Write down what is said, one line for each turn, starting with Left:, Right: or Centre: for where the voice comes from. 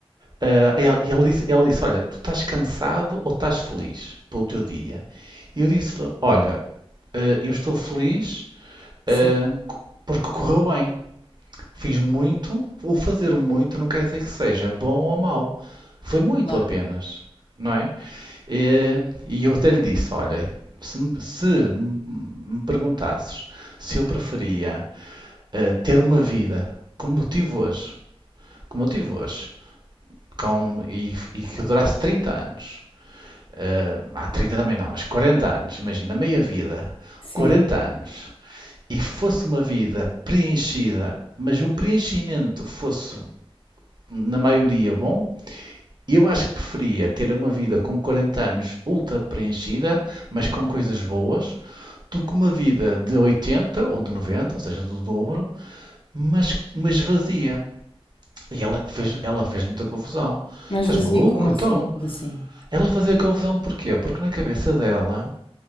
Right: Ah, ele, ele disse, ele disse, olha, tu estás cansado ou estás feliz pelo teu dia? E eu disse-lhe, olha, ah, eu estou feliz,
Left: sim,
Right: ah, c- porque correu bem. Fiz muito, o fazer muito não quer dizer que seja bom ou mau. Foi muito
Left: claro.
Right: apenas, não é? Eh, E, eu até lhe disse, olha, se, me se me- me perguntasses se eu preferia eh, ter uma vida como eu tive hoje, como eu tive hoje, com, e, e que durasse 30 anos, eh, há 30 também não, mas 40 anos, imagina, na meia vida,
Left: Sim.
Right: 40 anos, e fosse uma vida preenchida, mas o preenchimento fosse, na maioria, bom, eu acho que preferia ter uma vida com 40 anos ultra preenchida, mas com coisas boas, do que uma vida de 80 ou de 90, ou seja, do dobro, mas, mas vazia. E ela fez, ela fez muita confusão.
Left: Mas
Right: Estás
Left: vazio
Right: maluco?
Left: como assim?
Right: Então,
Left: Como assim?
Right: ela fazia confusão porquê? Porque na cabeça dela